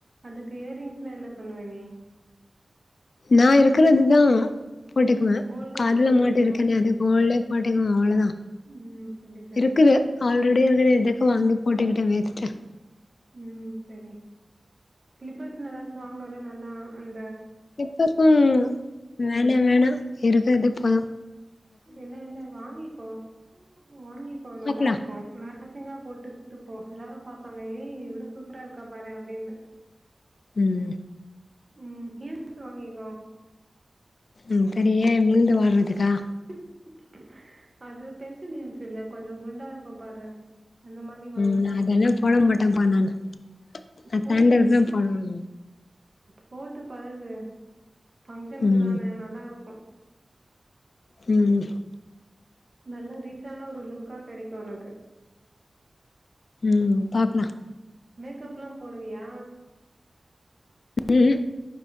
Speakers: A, on the right; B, on the left.
A: அதுக்கு இயரிங்ஸ்லாம் என்ன பண்ணுவ நீ
B: நான் இருக்கறதுதான் போட்டுக்குவேன்
A: கோல்டு
B: அதுல
A: போட்டுடுவியா
B: மாட்டு இருக்கனே அது கோல் வாட்டைக்கு தான்
A: ம் சரி சரி
B: இருக்குது ஆள் மறுபடியடி இரு இதக்க வாங்கி போட்டிட்டே வேத்துட்ட
A: உம் செரி ஸ்லிப்பர்ஸ்ல எதாச்சும் வாங்கனும் நல்லா உம்
B: இப்பக்கும் வேல வேணாம் இருக்கிறதேபோ போதும்
A: இல்ல இல்ல வாங்கிக்கோ வாங்கிக்கோ நல்லா
B: பாக்கலா
A: இருக்கும் மேச்சிங்கா போட்டு டுப்போ எல்லாரும் பாப்பாங்க ஏய் எவ்ளோ சூப்பரா இருக்கா பாறேன் அப்டின்னு
B: உம்
A: உம் ஹில்ஷ் வாங்க்கோம்
B: உம் சரியேன் விழுந்து வாங்குனத்ததுக்கா
A: <unintelligible> அது பென்சன் ன்னிஸ் இல்ல கொஞ்சம் குண்டா இருக்கும் பாரு அந்த மாரி வாங்கிக்கோ
B: உஹம் அதெல்லாம் போட மாட்டேப்ப நானு அ
A: போடு
B: தண்டர் தான் பண்ணுவீங்க
A: போட்டு பழகு பங்ஷனுக்கு
B: ம்
A: தானே நல்லா இருக்கும் குரு
B: உம்
A: நல்ல ரீச்ச ஆன ஒரு லுக்கா கெடைக்கும் உனக்கு
B: உம் பாக்கலாம்
A: மேக்கப்ல்லாம் போடுவியா
B: உஹஹம்